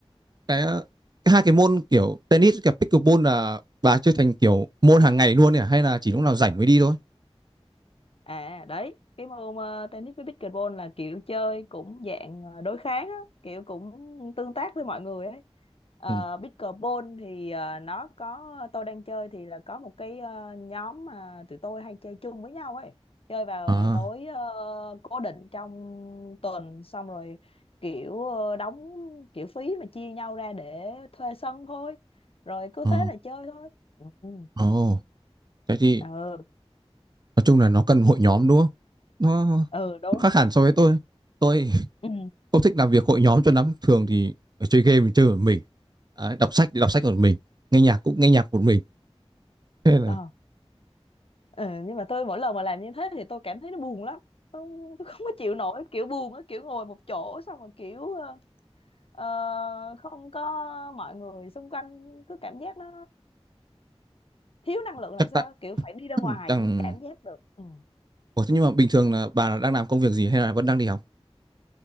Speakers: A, on the right; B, on the left.
A: cái, ờ, cái hai cái môn kiểu tennis và pickleball là bà chơi thành kiểu môn hàng ngày luôn nhỉ? Hay là chỉ lúc nào rảnh mới đi thôi?
B: À đấy, cái môn ờ, tennis với pickleball là kiểu chơi cũng dạng ờ, đối kháng á, kiểu cũng tương tác với mọi người ấy. Uh,
A: Ừ.
B: pickleball thì ờ, nó có tôi đang chơi thì là có một cái ờ, nhóm mà tụi tôi hay chơi chung với nhau ấy. Chơi vào
A: À,
B: ờ, tối ờ, cố định trong tuần xong rồi kiểu ờ, đóng kiểu phí mà chia nhau ra để thuê sân thôi. Rồi cứ
A: ờ,
B: thế là chơi thôi. Ừ, ừ,
A: ồ, thế thì
B: ừ
A: nói chung là nó cần hội nhóm đúng không nó,
B: ừ, đúng.
A: nó khác hẳn so với tôi tôi <laughs>
B: Ừ.
A: không thích làm việc hội nhóm cho lắm thường thì ở chơi game thì chơi một mình Đấy, đọc sách thì đọc sách một mình nghe nhạc cũng nghe nhạc một mình thế là
B: ờ. Ừ, nhưng mà tôi mỗi lần mà làm như thế thì tôi cảm thấy nó buồn lắm tôi, tôi không có chịu nổi kiểu buồn á kiểu ngồi một chỗ xong rồi kiểu ờ, ờ, không có mọi người xung quanh cứ cảm giác nó thiếu năng lượng làm
A: chắc
B: sao
A: tại
B: kiểu phải đi ra
A: <clears throat>
B: ngoài
A: chẳng
B: mới cảm giác được ừ.
A: Ủa, thế nhưng mà bình thường là bà là đang làm công việc gì hay là vẫn đang đi học